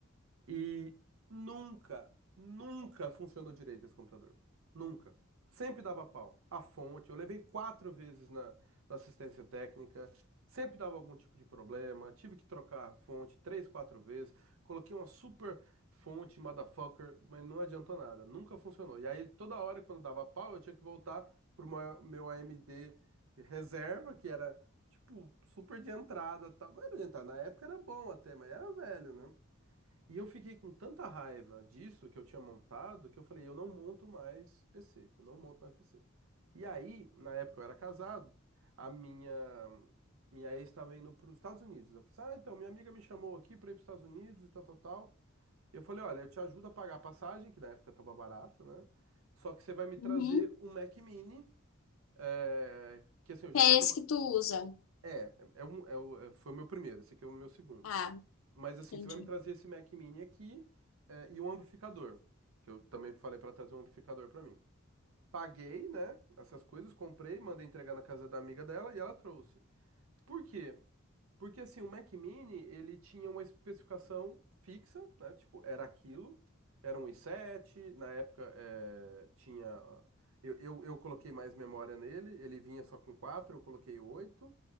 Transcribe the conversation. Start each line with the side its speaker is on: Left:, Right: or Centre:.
Right: E nunca, nunca funcionou direito esse computador. Nunca. Sempre dava pau. A fonte, eu levei quatro vezes na, na assistência técnica, sempre dava algum tipo de problema. Tive que trocar a fonte três, quatro vezes. Coloquei uma super fonte, motherfucker, mas não adiantou nada. Nunca funcionou. E aí, toda hora, quando dava pau, eu tinha que voltar pro meu meu AMD reserva, que era, tipo, super de entrada, e tal. Não era de entrada, na época era bom até, mas era velho, né? E eu fiquei com tanta raiva disso que eu tinha montado que eu falei, eu não monto mais PC, eu não monto mais PC. E aí, na época eu era casado, a minha minha ex estava indo para os Estados Unidos. Eu falei, assim, ah, então minha amiga me chamou aqui para ir para os Estados Unidos e tal, tal, tal. Eu falei, olha, eu te ajudo a pagar a passagem, que na época estava barato, né? Só que você vai me
Left: Uhum.
Right: trazer um Mac Mini, é, que assim, eu
Left: Que
Right: já
Left: é
Right: tinha trabalhado.
Left: esse que tu usa?
Right: É, é é um, é, o- é- foi o meu primeiro, esse aqui é o meu segundo.
Left: Ah,
Right: Mas assim,
Left: entendi.
Right: você vai me trazer esse Mac Mini aqui, é, e um amplificador, que eu também falei pra trazer um amplificador pra mim. Paguei, né, essas coisas, comprei, mandei entregar na casa da amiga dela e ela trouxe. Por quê? Porque assim, o Mac Mini, ele tinha uma especificação fixa, né, tipo, era aquilo, era um i7, na época é, tinha... ó, Eu, eu, eu coloquei mais memória nele, ele vinha só com quatro eu coloquei oito